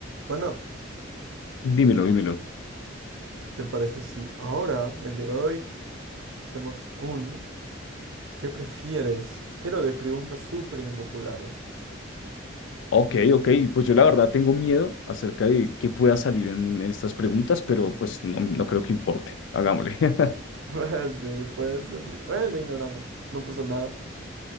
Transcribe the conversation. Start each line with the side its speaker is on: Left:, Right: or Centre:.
Right: Bueno,
Left: Dímelo, dímelo.
Right: ¿te parece si ahora, el día de hoy, hacemos un ¿qué prefieres? Pero de preguntas súper impopulares.
Left: Ok, ok. Pues yo la verdad tengo miedo acerca de qué pueda salir en, en estas preguntas, pero pues no, no creo que importe. Hagámosle. <laughs>
Right: <laughs> Sí, puede salir. Bueno, le ignoramos. No pasa nada.